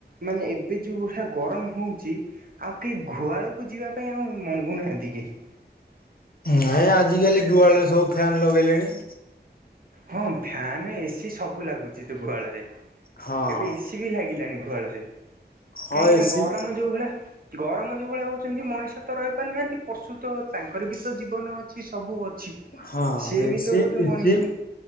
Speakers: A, on the right; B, on the left.
A: ମାନେ ଏବେ ଯୋଉ ଭଳିଆ ଗରମ ହୋଉଚି ଆଉ କେହି ଘୁଆଳକୁ ଯିବା ପାଇଁ ଆଉ ମଙ୍ଗୁନାହାଁନ୍ତି କେହି।
B: ନାଇଁ ଆଜିକାଲି ଘୁଆଳେ ସବୁ ଫ୍ୟାନ୍ ଲଗେଇଲେଣି।
A: ହଁ ଫ୍ୟାନେ ଏସିି ସବୁ ଲାଗୁଚି ତ ଘୁଆଳରେ
B: ହଁ
A: ଏବେ ଏସିି ବି ଲାଗିଲାଣି। କାହିଁକି
B: ହଁ
A: ନା
B: ଏସି
A: ଗରମ ଯୋଉ ଭଳିଆ ଗରମ ଯେଉଁ ଭଳିଆ ହେଉଛନ୍ତି, ମଣିଷ ତ ରହିପାରୁନାହାନ୍ତି, ପଶୁ ତ ତାଙ୍କର ବି ତ ଜୀବନ ଅଛି ସବୁ ଅ ଛି
B: ହଁ
A: ସିଏ
B: ଏସି
A: ବି ତ ଗୋଟେ
B: ଏସି
A: ମଣିଷ।